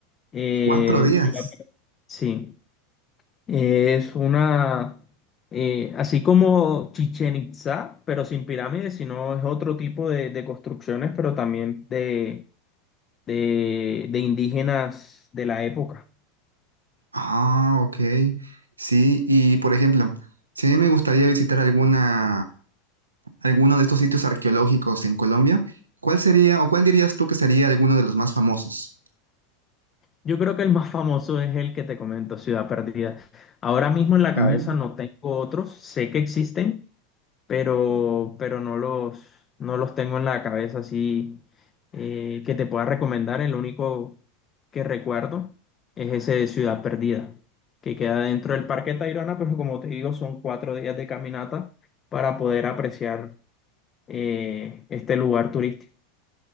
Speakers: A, on the left (about 30°); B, on the right (about 85°).
A: Eh,
B: Cuatro días.
A: Ciudad, sí. Es una, eh, así como Chichen Itzá, pero sin pirámides, sino es otro tipo de, de construcciones, pero también de, de, de indígenas de la época.
B: Ah, ok. Sí, y por ejemplo, si a mí me gustaría visitar alguna, alguno de estos sitios arqueológicos en Colombia, ¿cuál sería o cuál dirías tú que sería alguno de los más famosos?
A: Yo creo que el más famoso es el que te comento, Ciudad Perdida. Ahora mismo en la
B: Mm,
A: cabeza no tengo otros, sé que existen, pero, pero no los, no los tengo en la cabeza así eh, que te pueda recomendar. El único que recuerdo es ese de Ciudad Perdida, que queda dentro del Parque Tayrona, pero como te digo, son cuatro días de caminata para poder apreciar eh, este lugar turístico.